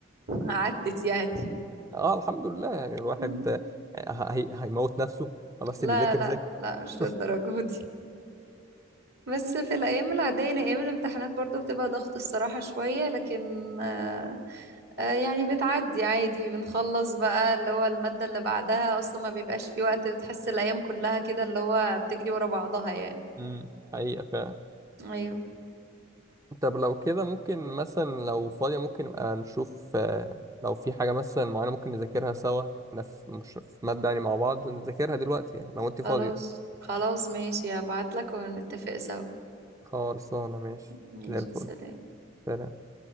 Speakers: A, on the right; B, on the right.
A: عدت يعني
B: اه الحمد لله يعني الواحد
A: مم.
B: آه، هي هيموت نفسه خلاص
A: لا
B: اللي ذاكر
A: لا
B: ذاكر
A: لا مش
B: <laughs>
A: للدرجة دي بس في الأيام العادية يعني أيام الامتحانات برضو بتبقى ضغط الصراحة شوية لكن آه آه يعني بتعدي عادي بنخلص بقى اللي هو المادة اللي بعدها أصلا ما بيبقاش في وقت بتحس الأيام كلها كده اللي هو بتجري ورا بعضها يعني
B: امم حقيقة
A: أيوه
B: طب لو كده ممكن مثلا لو فاضية ممكن نبقى نشوف آه، لو في حاجة مثلا معينة ممكن نذاكرها سوا احنا في مش في مادة يعني مع بعض نذاكرها دلوقتي يعني لو انت فاضية
A: خلاص خلاص ماشي هبعتلك ونتفق سوا
B: خلصانة ماشي
A: ماشي
B: زي الفل
A: سلام
B: سلام.